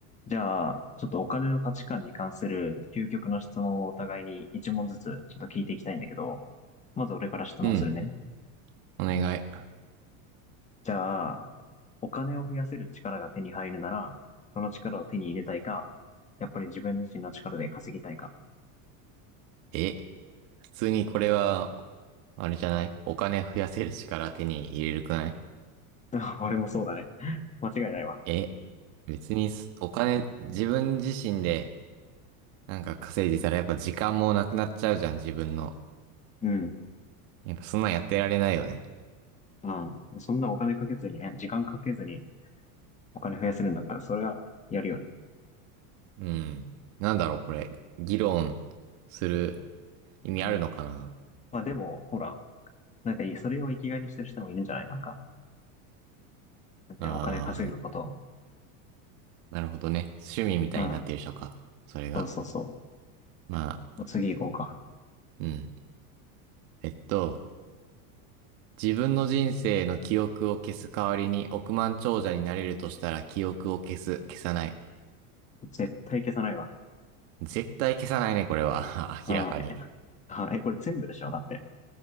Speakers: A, on the left; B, on the right.
A: じゃあ、ちょっとお金の価値観に関する究極の質問をお互いに一問ずつちょっと聞いていきたいんだけど、まず俺から質問するね。
B: うん、お願い。
A: じゃあ、お金を増やせる力が手に入るなら、その力を手に入れたいか、やっぱり自分自身の力で稼ぎたいか。
B: え、普通にこれは、あれじゃないお金増やせる力手に入れるくない
A: <laughs> 俺もそうだね。<laughs> 間違いないわ。
B: え、別にすお金、自分自身でなんか稼いでたらやっぱ時間もなくなっちゃうじゃん、自分の。
A: うん。
B: やっぱそんなんやってられないよね。
A: うん。そんなお金かけずにね、時間かけずにお金増やせるんだったら、それはやるよね。
B: うん。なんだろう、これ。議論する意味あるのかな
A: まあでも、ほら、なんかいいそれを生きがいにしてる人もいるんじゃないなんか、なんていうのお金稼ぐことを。
B: あー、なるほどね。趣味みたいになってる人か。
A: うん。
B: それが。
A: そうそうそう。
B: まあ、
A: もう次行こうか。
B: うん。えっと、自分の人生の記憶を消す代わりに億万長者になれるとしたら記憶を消す、消さない。
A: 絶対消さないわ。
B: 絶対消さないね、これは。<laughs>
A: あーえ、
B: 明らかに。
A: あーえ、これ全部でしょだって。